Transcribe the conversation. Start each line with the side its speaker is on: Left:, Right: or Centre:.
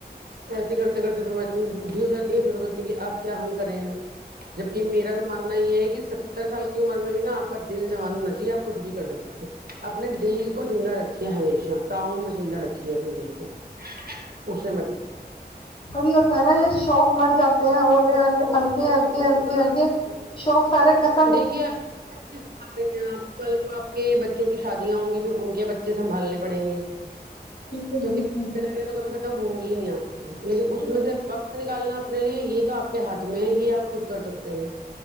Right: ایسے کرتے کرتے پھر وہ اتنی بوڑھی ہو جاتی ہے پھر وہ سوچتی ہیں کہ آپ کیا ہم کریں جبک میرا تو ماننا یہ ہے کہ ستر سال کی عمر میں بھی نا آپ کا دل جوان ہونا چاہیے آپ کچھ بھی کر سکتے ہ اپنے دل ہی کو زندہ رکھیے ہمیشہ تا عمر زندہ رکھئیے اپنے دل کو اسے مت
Left: ابھی ہوتا ہے نا یہ شوق مر جاتے ہیں ہونے ہلکے ہلکے ہلکے ہلکے شوق سارے خت
Right: دیکھیے آپ <unintelligible> آ رہے آپ کل کو آپ کے بچوں کی شادیاں ہوں گی پھر ان کے بچے سنبھالنے پڑیں گے
Left: بالکل
Right: تو
Left: بالکل
Right: دیکھیے ذمہ داریاں تو کبھی ختم ہوں گی ہی نہیں آپ کی لیکن
Left: جی
Right: اس
Left: جی
Right: میں سے وقت نکالنا اپنے لیے یہ تو آپ کے ہاتھ میں ہی آپ خود کر سکتے ہیں